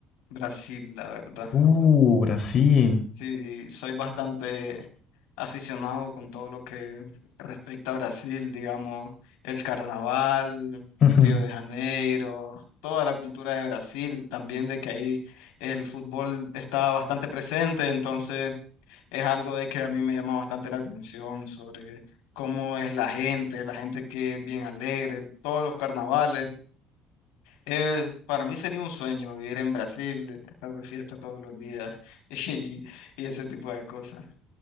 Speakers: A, on the left; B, on the left.
A: Brasil, la verdad.
B: Uh, Brasil.
A: Sí, soy bastante aficionado con todo lo que respecta a Brasil, digamos, el carnaval,
B: <laughs>
A: Río de Janeiro, toda la cultura de Brasil, también de que ahí el fútbol está bastante presente, entonces es algo de que a mí me llama bastante la atención sobre cómo es la gente, la gente que es bien alegre, todos los carnavales. Eh, para mí sería un sueño vivir en Brasil, estar de fiesta todos los días <laughs> y, y ese tipo de cosas.